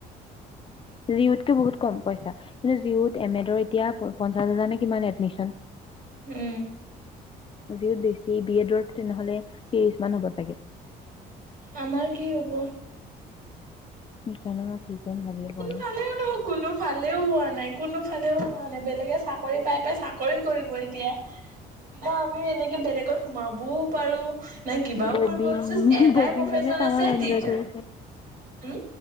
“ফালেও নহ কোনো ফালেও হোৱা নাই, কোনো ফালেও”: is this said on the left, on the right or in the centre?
Right